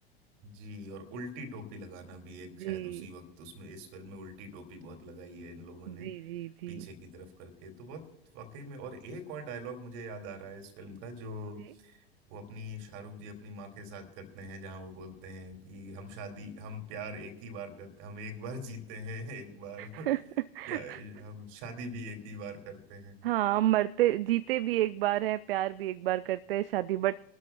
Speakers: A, on the right (about 50°); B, on the right (about 65°).
A: जी और उल्टी टोपी लगाना भी एक
B: जी
A: शायद उसी वक्त उसमें इस फिल्म में उल्टी टोपी बहुत लगाई है इन लोगों ने
B: जी जी जी
A: पीछे की तरफ करके तो बहुत वाकई में और एक और डायलॉग मुझे याद आ रहा है इस फिल्म का जो
B: जी
A: वो अपनी शाहरुख जी अपनी माँ के साथ करते हैं जहाँ वो बोलते हैं कि हम शादी हम प्यार एक ही बार करते हम एक बार जीते हैं <laughs> एक बार
B: <laughs>
A: प्यार हम शादी भी एक ही बार करते हैं
B: हाँ मरते जीते भी एक बार है प्यार भी एक बार करते हैं शादी बट